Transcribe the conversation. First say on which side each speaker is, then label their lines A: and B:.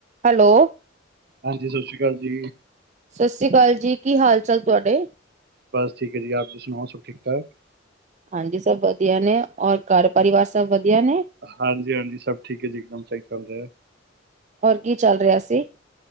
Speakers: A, on the right; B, on the right.
A: ਹੈਲੋ
B: ਹਾਂਜੀ ਸਤਿ ਸ੍ਰੀ ਅਕਾਲ ਜੀ
A: ਸਤਿ ਸ਼੍ਰੀ ਅਕਾਲ ਜੀ ਕੀ ਹਾਲ ਚਾਲ ਤੁਹਾਡੇ
B: ਬਸ ਠੀਕ ਹੈ ਜੀ ਆਪ ਜੀ ਸੁਣਾਓ ਸਭ ਠੀਕ ਠਾਕ
A: ਹਾਂਜੀ ਸਭ ਵਧੀਆ ਨੇ ਔਰ ਘਰ ਪਰਿਵਾਰ ਸਭ ਵਧੀਆ ਨੇ
B: ਹਾਂਜੀ-ਹਾਂਜੀ, ਸਭ ਠੀਕ ਹੈ ਜੀ, ਇੱਕਦਮ ਸਹੀ ਚਲ ਰਿਹਾ।
A: ਹੋਰ ਕੀ ਚੱਲ ਰਿਹਾ ਸੀ